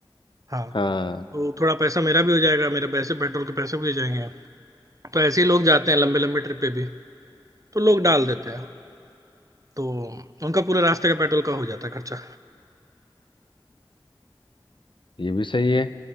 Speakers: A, on the right; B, on the left.
A: हाँ
B: हाँ
A: तो थोड़ा पैसा मेरा भी हो जाएगा मेरे पैसे पेट्रोल के पैसे भी हो जाएंगे तो ऐसे ही लोग जाते हैं लंबे लंबे ट्रिप पे भी तो लोग डाल देते हैं तो उनका पूरे रास्ते का पेट्रोल का हो जाता है खर्चा
B: ये भी सही है